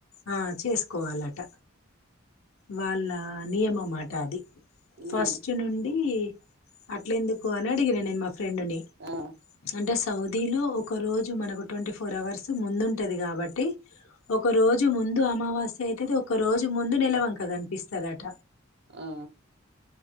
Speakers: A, on the left; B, on the right.
A: ఆ చిప్ చేసుకోవాలట వాళ్ళ నియమ మాట అది
B: ఉమ్
A: ఫస్ట్ నుండి అట్ల ఎందుకు అని అడిగిన నేను మా ఫ్రెండుని
B: ఆ
A: అంటే సౌదీలో ఒక రోజు మనకు ట్వంటీ ఫోర్ అవర్స్ ముందుంటుంది. కాబట్టి ఒక రోజు ముందు అమావాస్య అయితది. ఒ ఒక రోజు ముందు నెలవంక కనిపిస్తదట.
B: ఆ